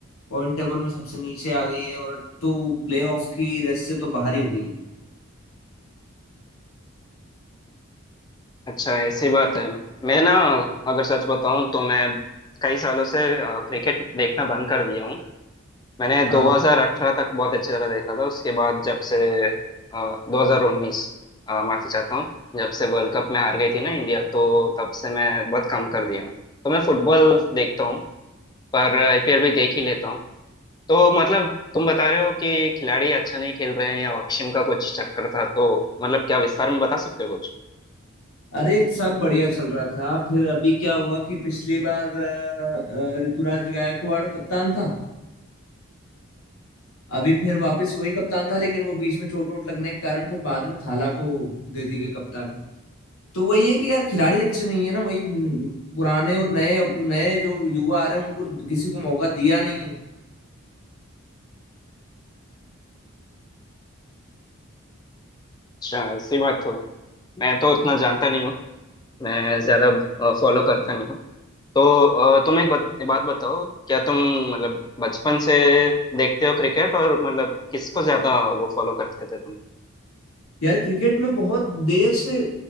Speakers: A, on the left; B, on the left.
A: पॉइंट टेबल में सबसे नीचे आ गई है और तो प्लेऑफ की रेस से तो बाहर ही हो गई
B: अच्छा ऐसी बात है मैं ना अगर सच बताऊं तो मैं कई सालों से अ, क्रिकेट देखना बंद कर दिया हूँ मैंने 2018
A: हाँ
B: तक बहुत अच्छी तरह देखा था उसके बाद जब से अ, 2019 अ, माफी चाहता हूँ जब से वर्ल्ड कप में हार गई थी ना इंडिया तो तब से मैं बहुत कम कर दिया हूँ तो मैं फुटबॉल देखता हूँ पर आईपीएल भी देख ही लेता हूँ तो मतलब तुम बता रहे हो कि खिलाड़ी अच्छा नहीं खेल रहे हैं या ऑक्शन का कुछ चक्कर था तो मतलब क्या विस्तार में बता सकते हो कुछ
A: अरे सब बढ़िया चल रहा था फिर अभी क्या हुआ कि पिछली बार अ, अ, ऋतुराज गायकवाड़ कप्तान था अभी फिर वापस वही कप्तान था लेकिन वो बीच में चोट वोट लगने के कारण फिर बाद में थाला को दे दी गई कप्तानी तो वही है कि यार खिलाड़ी अच्छे नहीं है ना वही म, पुराने और नए नए जो युवा आ रहे हैं उनको किसी को मौका दिया नहीं है।
B: अच्छा ऐसी बात हो मैं तो उतना जानता नहीं हूँ मैं ज्यादा फॉलो करता नहीं हूँ तो अ, तुम एक बत, बात बताओ क्या तुम मतलब बचपन से देखते हो क्रिकेट और मतलब किसको ज्यादा वो फॉलो करते थे तुम
A: यार क्रिकेट में बहुत देर से